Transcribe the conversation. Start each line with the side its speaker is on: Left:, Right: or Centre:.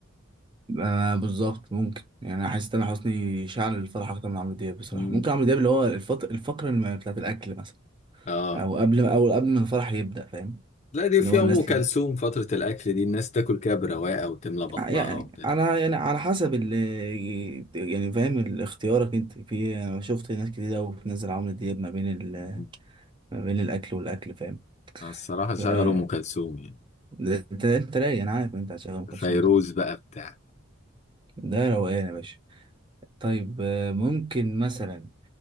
Right: آه بالظبط ممكن يعني حاسس ان حسني شعل الفرح اكتر من عمرو دياب بصراحه
Left: مم.
Right: ممكن عمرو دياب اللي هو الفط... الفقره الم- بتاعت الاكل مثلا
Left: اه
Right: او قبل ما او قبل ما الفرح يبدا فاهم
Left: لا دي في
Right: اللي هو
Left: أم
Right: الناس
Left: كلثوم
Right: اللي...
Left: فترة الأكل دي الناس تاكل كده برواقة وتملى بطنها
Right: يعني
Left: وبتاع
Right: انا يعني على حسب ال... يعني فاهم ال- اختيارك انت في إيه. انا شفت ناس كتير قوي بتنزل عمرو دياب ما بين ال...
Left: مم.
Right: ما بين الاكل والاكل فاهم
Left: آه، الصراحة
Right: ف...
Left: شغل
Right: آه،
Left: أم كلثوم يعني
Right: ده- انت انت رايق انا عارف إن انت هتشغل ام كلثوم
Left: فيروز
Right: صح
Left: بقى بتاع
Right: ده روقان يا باشا طيب آه، ممكن مثلا